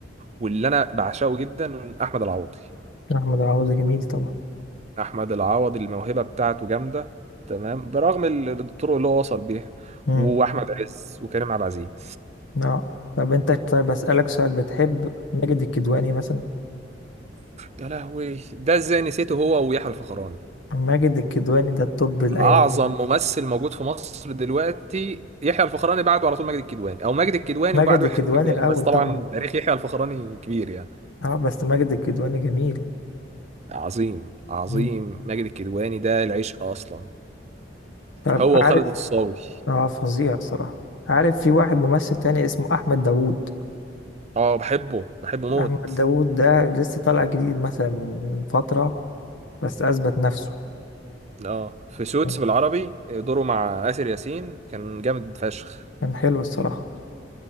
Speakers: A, on the right; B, on the left.
A: واللي انا بعشقه جدا احمد العوضي
B: احمد عوضي جميل طبعا
A: احمد العوضي الموهبه بتاعته جامده تمام برغم ال- الطرق اللي هو وصل بيها
B: مم.
A: واحمد عز وكريم عبد العزيز
B: اه طب انت طيب اسألك سؤال بتحب ماجد الكدواني مثلا
A: يا لهوي ده ازاي نسيته هو ويحيى الفخراني
B: ماجد الكدواني ده التوب الايام
A: اعظم
B: دي
A: ممثل موجود في مصر دلوقتي يحيى الفخراني بعده على طول ماجد الكدواني او ماجد الكدواني
B: ماجد
A: وبعده
B: الكدواني
A: يحيى- <laughs>
B: الاول
A: بس طبعا
B: طبعا
A: تاريخ يحيى الفخراني كبير يعني
B: اه بس ماجد الكدواني جميل
A: عظيم عظيم
B: مم.
A: ماجد الكدواني ده العشق اصلا
B: طب
A: هو
B: عارف
A: وخالد الصاوي
B: اه فظيع صراحة عارف في واحد ممثل تاني اسمه احمد داوود
A: اه بحبه بحبه موت
B: احمد داوود ده لسه طالع جديد مثلا من من فترة بس اثبت نفسه
A: اه في سوتس
B: آه،
A: بالعربي دوره مع آسر ياسين كان جامد فشخ
B: كان حلو الصراحة